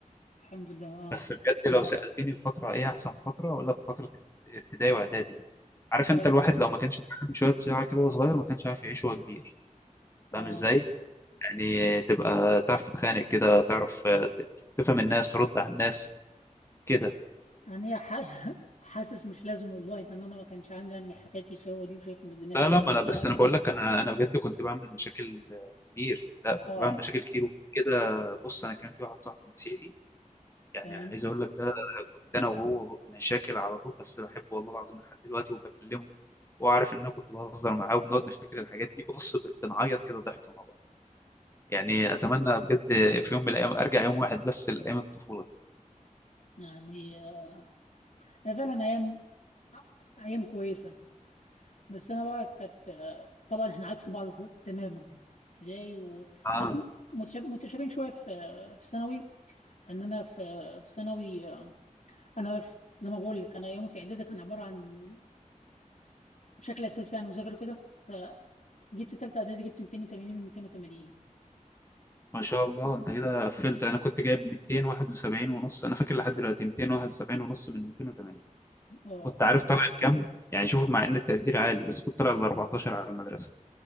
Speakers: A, on the left; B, on the left.
A: الحمد لله اه
B: بس بجد لو سالتني الفتره ايه احسن فتره اقول لك فتره ابتدائي واعدادي دي عارف
A: اه
B: انت الواحد لو ما كانش اتعلم شويه صياعه كده وهو صغير ما كانش عارف يعيش وهو كبير
A: اه
B: فاهم ازاي يعني تبقى تعرف تتخانق كده تعرف ت- تفهم الناس ترد على الناس كده
A: يعني ح... <laughs> حاسس مش لازم والله لان انا ما كانش عندي يعني حكايه الشهوه دي وشايف ان الدنيا تمام
B: لا لا ما انا بس
A: ف اه
B: انا بقول لك انا انا بجد كنت بعمل مشاكل كتير لا كنت
A: آه،
B: بعمل مشاكل كتير وكده بص انا كان في واحد صاحبي مسيحي يعني
A: تمام
B: عايز اقول لك ده كنت انا وهو مشاكل على طول بس بحبه والله العظيم لحد دلوقتي وبكلمه وعارف ان انا كنت بهزر معاه وبنقعد نفتكر الحاجات دي بص ب- بنعيط كده ضحك مع بعض يعني اتمنى بجد في يوم من الايام ارجع يوم واحد بس لايام الطفوله
A: يعني آه. هي فعلا ايام ايام كويسه بس انا بقى كانت آه، طبعا احنا عكس بعض خ- تماما ابتدائي و...
B: دي
A: بس م- متشاب- متشابهين شويه في في ثانوي لان انا في في ثانوي آه، انا في- زي ما بقول لك انا يومي في اعدادي كان عباره عن بشكل اساسي يعني مذاكره كده فجبت تالتة اعدادي جبت 280 من 280
B: ما شاء الله انت كده قفلت انا كنت جايب 271 ونص انا فاكر لحد دلوقتي 271 ونص من 280
A: اه
B: كنت عارف طالع لكام يعني شوف مع ان التقدير عالي بس كنت طالع ل 14 على المدرسه